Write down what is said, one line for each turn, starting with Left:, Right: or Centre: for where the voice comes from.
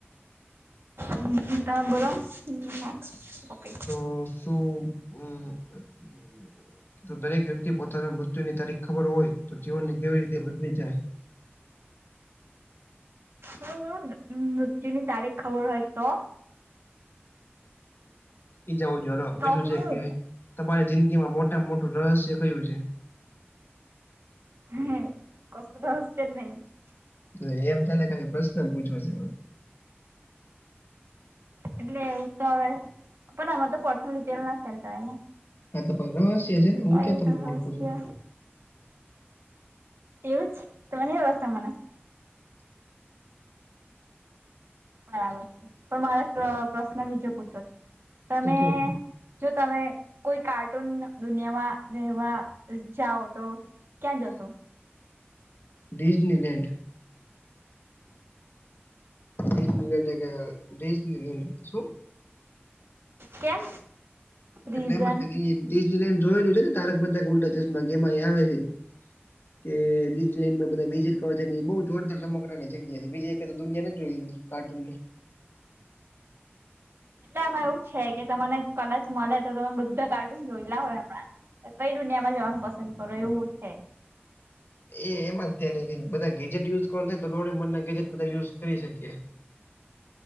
Right: હમ તમે બોલોને <unintelligible>
Left: તો શું હમ. જો દરેક વ્યક્તિ પોતાના મૃત્યુની તારીખ ખબર હોય તો જીવનને કેવી રીતે બદલી જાય.
Right: હુ હુ મૃત્યુની તારીખ ખબર હોય તો?
Left: ઈજાઓ જો બીજું
Right: તો હું
Left: છે કે તમારી જિંદગીમાં મોટામાં મોટું રહસ્ય કયું છે?
Right: <unintelligible>
Left: એ એમ તને કે પ્રશ્ન પૂછો છે.
Right: એટલે એવું તો હવે પણ આમાતો પર્સનલ ડિટેલ ના સેર કરાય ને.
Left: હા તો રહસ્ય છેને હું
Right: તો
Left: ક્યાં
Right: એ
Left: તમને ઓળખું
Right: રહસ્ય
Left: છું.
Right: એવું છે તમે રસ્તા મને. બરાબર છે પણ મારા પ્રશ્ન બીજો પૂછવો છે. તમે
Left: તો કયો
Right: જો તમે કોઈ કાર્ટૂન દુનિયામાં રહેવા જાઓ તો ક્યાં જશો?
Left: ડિઝનીલેન્ડ. ડિઝનીલેન્ડ કે ડિઝનીલેન્ડ શું?
Right: કેમ? રીઝન
Left: એટલે એમજ તે ડિઝનીલેન્ડ જોયેલું છે ને તારક મહેતાકા ઉલ્ટા ચશ્મામાં આવે છે. <inaudible> કે ડિઝનીલેન્ડમાં બધાય એ બહુજ જોરદાર રમકડાની જગ્યા છે બીજી એકાદી દુનિયા નથી જોઈ એવી કાર્ટૂનની.
Right: એટલે આમાં એવું છે કે તમને કદાચ મળે તો તમે બધા કાર્ટુન જોયેલા હોય હમણાં. કઈ દુનિયામાં જવાનું પસંદ કરો એવું છે.
Left: એમાં થયાને બધા ગેજેટ યુઝ કરવા થાય તો ડોરેમોરના કરી ગેજેટ બધા યુઝ કરી શકીએ.